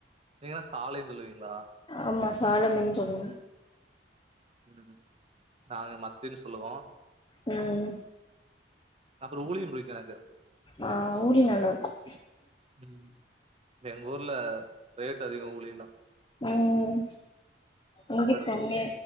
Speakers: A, on the right; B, on the left.
A: நீங்னா சாலைன் சொல்லுவீங்ளா
B: ஆமா சால மீன் சொல்லுவோ
A: உஹ்ம் உம் நாங்க மத்தினு சொல்லுவோம்
B: ம்
A: அப்றொ ஊளியுன் புடிக்கும் எனக்கு
B: ஆஹ் ஊளி நல்லாருக்கும்
A: ம். எங்க ஊர்ல ரேட் அதிகோம் ஊளில்லா
B: உம் உங்கித் தண்ணி
A: வரும்.